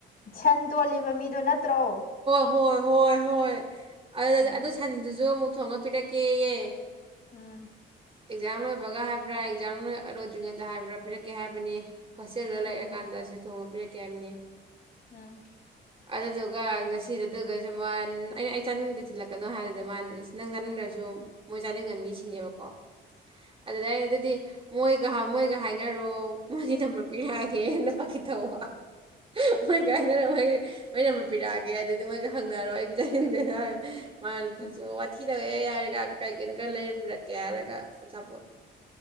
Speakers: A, on the left; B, on the right.
A: ꯁꯟ ꯇꯣꯜꯂꯤꯕ ꯃꯤꯗꯨ ꯅ ꯨ ꯇ꯭ꯔꯣ
B: ꯍꯣꯏ ꯍꯣꯏ ꯍꯣꯏ
A: ꯎꯝ
B: ꯑꯗꯨ ꯁꯟꯗꯨꯁꯨ ꯑꯃꯨꯛ ꯊꯣꯡꯉ ꯄꯤꯇꯥ ꯀꯦꯌꯦ
A: ꯎꯝ
B: ꯑꯦꯛꯖꯥꯝ ꯂꯣꯏꯕꯒ ꯍꯥꯏꯕ꯭ꯔꯥ ꯑꯦꯛꯖꯥꯝꯣꯏ ꯂꯣꯏꯗ꯭ꯔꯤꯉꯩꯗ ꯍꯥꯏꯕ꯭ꯔꯥ ꯄꯤꯔꯛꯀꯦ ꯍꯥꯏꯕꯅꯤ ꯍꯣꯁꯇꯦꯜꯗ
A: ꯎꯝ
B: ꯂꯩꯔꯑꯀꯥꯟꯗ ꯁꯤ ꯊꯣꯡꯉꯕꯤꯔꯛꯀꯦ ꯍꯥꯏꯕꯅꯤ
A: ꯎꯝ
B: ꯑ ꯑꯗꯨ ꯑꯗꯨꯒ ꯉꯁꯤꯗꯗꯨꯒꯁꯨ ꯃꯥ ꯑꯩꯅ ꯑꯩ ꯆꯥꯅꯤꯡꯕꯗ ꯊꯤꯜꯂꯛꯀꯅꯣ ꯍꯥꯏꯗꯨꯗ ꯃꯥ ꯅꯪ ꯆꯥꯅꯤꯡꯗ꯭ꯔꯁꯨ ꯃꯣꯏ ꯆꯥꯅꯤꯡꯉꯅꯤ ꯁꯤꯅꯦꯕꯀꯣ ꯑꯗꯨꯗ ꯑꯩꯅ ꯑꯗꯨꯗꯤ ꯃꯣꯏꯒ ꯃꯣꯏꯒ ꯍꯥꯏꯅꯔꯣ ꯃꯥꯅꯤ ꯅꯝꯕꯔ ꯄꯤꯔꯛꯑ ꯐꯦ ꯍꯦꯅ ꯐꯥꯒꯤ ꯊꯧꯕ ꯃꯩ ꯀꯥꯏꯅꯔꯣꯏ ꯑꯣꯏꯅ ꯄꯤꯔꯛꯑꯒꯦ ꯑꯗꯨꯗꯤ ꯃꯣꯏꯒ ꯍꯪꯅꯔꯣꯏ ꯑꯩ ꯆꯡꯗꯣꯏꯔ ꯃꯥꯅ
A: ꯎꯝ
B: ꯋꯥꯊꯤ ꯇꯧꯑꯦ ꯍꯥꯏꯔꯦꯒ ꯀꯩ ꯀꯅꯣ ꯈꯔ ꯂꯩꯔꯛꯀꯦ ꯍꯥꯏꯔꯒ ꯑꯆꯥꯄꯣꯠ